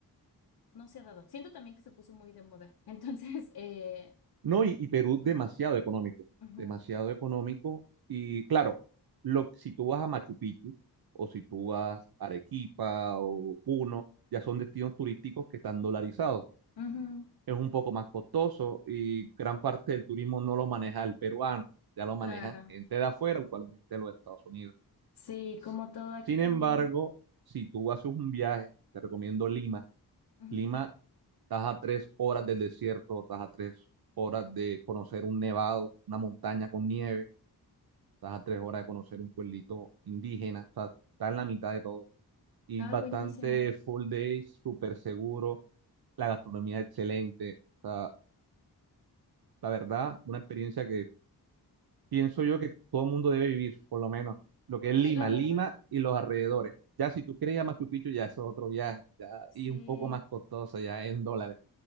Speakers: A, on the left; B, on the right.
A: no se ha dado. Siento también que se puso muy de moda. <laughs> Entonces, eh,
B: No, y, y Perú
A: ujú,
B: demasiado económico,
A: ujú,
B: demasiado económico. Y claro, lo, si tú vas a Machu Picchu o si tú vas a Arequipa o Puno, ya son destinos turísticos que están dolarizados.
A: ujú.
B: Es un poco más costoso y gran parte del turismo no lo maneja el peruano, ya lo maneja
A: Claro.
B: gente de afuera, usualmente de los Estados Unidos.
A: Sí,
B: S-
A: como todo aquí
B: Sin
A: también.
B: embargo, si tú haces un viaje, te recomiendo Lima.
A: Ujú.
B: Lima Estás a tres horas del desierto, estás a tres horas de conocer un nevado, una montaña con nieve, estás a tres horas de conocer un pueblito indígena, o sea, está en la mitad de todo. Y
A: Ah,
B: bastante
A: buenísimo.
B: full day, súper seguro, la gastronomía excelente. O sea, la verdad, una experiencia que pienso yo que todo el mundo debe vivir, por lo menos lo que es
A: Sí,
B: Lima,
A: la verdad,
B: Lima y los alrededores. Ya si tú quieres ir a Machu Picchu, ya eso es otro viaje, ya
A: sí.
B: y un poco más costoso, ya en dólares.